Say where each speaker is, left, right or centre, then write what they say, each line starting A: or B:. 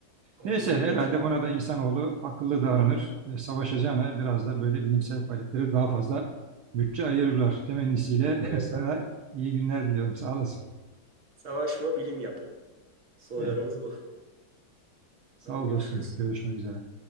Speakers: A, on the right; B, on the right.
A: 11
B: Neyse
A: bin
B: herhalde
A: metre. Evet,
B: buna
A: evet.
B: da insanoğlu akıllı davranır. E, savaşacağına biraz da böyle bilimsel faaliyetlere daha fazla bütçe ayırırlar. Temennisiyle
A: evet.
B: <laughs> sana iyi günler diliyorum. Sağ olasın.
A: Savaşma, bilim yap. Sloganımız
B: Evet,
A: bu.
B: sağ
A: Tamam
B: ol
A: görüşürüz.
B: dostum. Görüşmek üzere.